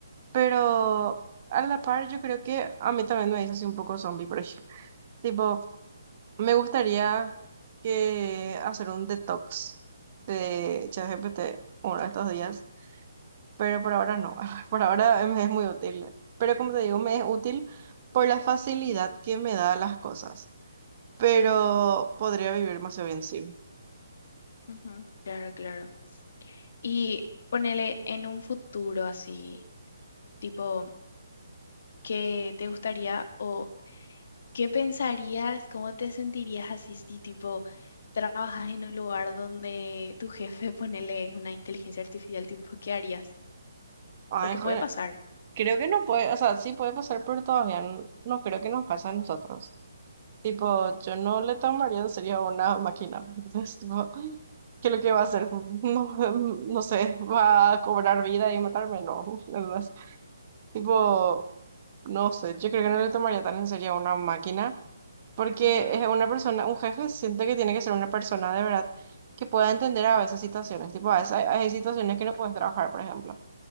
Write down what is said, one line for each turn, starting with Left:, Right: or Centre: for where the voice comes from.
Right: Pero
Left: ujú,
Right: a la par, yo creo que a mí también me hizo así un poco zombie, por ejemplo. <laughs> Tipo, me gustaría que hacer un detox de ChatGPT uno de estos días, pero por ahora no. <laughs> Por ahora me es muy útil. Pero como te digo, me es útil por la facilidad que me da las cosas. Pero podría vivir demasiado bien sin.
Left: ujú. Claro, claro. Y ponele en un futuro así, tipo, ¿qué te gustaría o qué pensarías, cómo te sentirías así si tipo trabajas en un lugar donde tu jefe <laughs> ponele es una inteligencia artificial, tipo, ¿qué harías?
Right: Ay,
Left: Porque
Right: joder,
Left: puede pasar.
Right: creo que no puede, o sea, sí puede pasar, pero todavía no, no creo que nos pase a nosotros. Tipo, yo no le tomaría en serio a una máquina. Entonces, tipo, ¿qué es lo que va a hacer? <laughs> No, no sé, ¿va a cobrar vida y matarme? No. <laughs> Entonces, tipo, no sé, yo creo que no le tomaría tan en serio a una máquina, porque
Left: Ujú,
Right: es una persona, un jefe, siento que tiene que ser una persona de verdad que pueda entender a veces situaciones. Tipo, a veces hay, hay situaciones que no puedes trabajar, por ejemplo,